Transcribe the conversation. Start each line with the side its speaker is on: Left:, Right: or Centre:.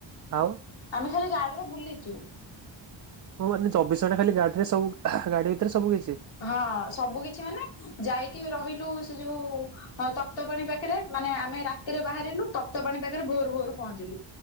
Right: ଆଉ
Left: ଆମେ ଖାଲି ଗାଡିରେ ବୁଲିଚୁ।
Right: ଓ ମାନେ ଚବିଶ ଘଣ୍ଟା ଖାଲି ଗାଡି ରେ ସବୁ କିଛି
Left: ହଁ ସବୁ କିଛି ମାନେ ଯାଇକି ରହି ଲୁ ସେ ଯୋଉ ତପ୍ତ ପାଣି ପାଖରେ ମାନେ ଆମେ ରାତିରେ ବାହାରିଲୁ ତପ୍ତ ପାଣି ପାଖରେ ଭୋରୁ ଭୋରୁ ପହଞ୍ଚିଲୁ